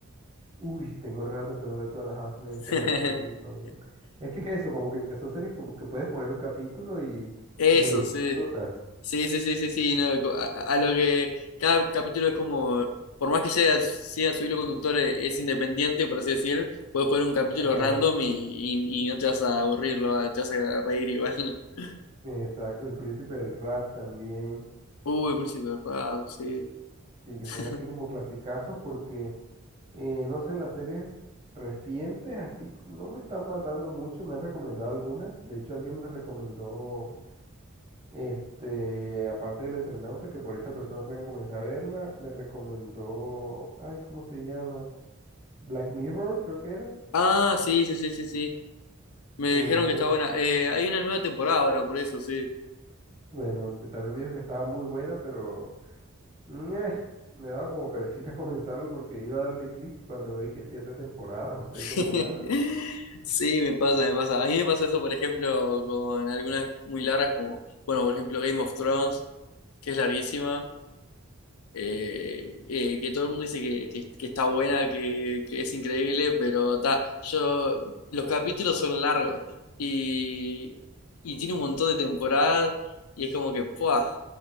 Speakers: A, on the right (about 25°); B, on the left (about 85°).
A: Uy, tengo rato que no veo Two and a Half Men,
B: <laughs>
A: pero sí, son... Es que es eso, como que son series que, que puedes poner un capítulo y,
B: Eso,
A: y lo disfrutas.
B: sí. Sí, sí, sí, sí, sí, no, co- a, a lo que cada capítulo es como, por más que sea, sea su hilo conductor, eh, es independiente, por así decir, puedes poner un capítulo
A: Exacto,
B: random y, y, y no te vas a aburrir, lo va- te vas a reír igual. <laughs>
A: exacto. El Príncipe del Rap también.
B: Uy, el príncipe de Rap, sí.
A: Sí, que
B: <laughs>
A: son así como clasicazos porque, eh, no sé, las series recientes así no me están matando mucho. Me han recomendado algunas. De hecho, alguien me recomendó, este, aparte del Eternauta, que por esa persona fue a comenzar a verla, me recomendó, ay, ¿cómo se llama? Black Mirror, creo que era,
B: Ah, sí, sí, sí, sí, sí. Me
A: que
B: dijeron
A: me dijeron,
B: que está buena. Eh, hay una nueva temporada ahora, por eso, sí.
A: bueno, también me dijo que estaba muy buena, pero mm, eh, me daba como perecita <laughs> comenzarlo porque iba a darle clic y cuando vi que siete temporadas o seis
B: <laughs>
A: temporadas,
B: Sí, me pasa, me pasa. A mí me pasa eso, por ejemplo, con algunas muy largas, como, bueno, por ejemplo, Game of Thrones, que es larguísima. eh, eh, que todo el mundo dice que, que- que está buena, que, que es increíble, pero ta, yo, los capítulos son largos y, y tiene un montón de temporadas y es como que, ¡pua!